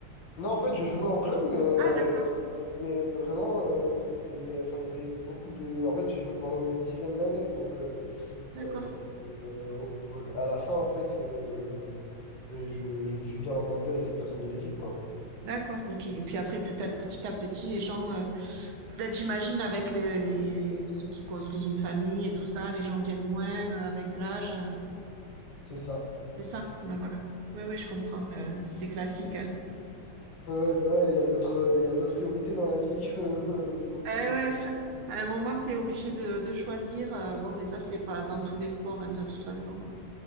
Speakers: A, on the left; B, on the right.
A: Non, en fait, je jouais en club, mais, euh,
B: Ah d'accord,
A: avec, mais euh, vraiment, euh, il y a- enfin, il y avait beaucoup de... En fait, j'ai joué pendant une dizaine d'années. Donc, euh,
B: d'accord,
A: euh, euh, au- à la fin, en fait, euh, ben, je, je me suis bien entendu avec les personnes de l'équipe, quoi.
B: d'accord, ok. Et puis après, peut-être petit à petit, les gens euh, Peut-être j'imagine avec les, les- ceux qui construisent une famille et tout ça, les gens tiennent moins euh, avec l'âge.
A: C'est ça.
B: C'est ça. Donc, voilà. Oui, oui, je comprends. C'est c'est classique.
A: Ouais, bah ouais, il y a d'autres, il y a d'autres priorités dans la vie que euh, jouer au foot,
B: Eh ouais,
A: entre guillemets.
B: f- à un moment, tu es obligé de, de choisir. euh, bon, mais ça, c'est pas dans tous les sports, hein, de toute façon.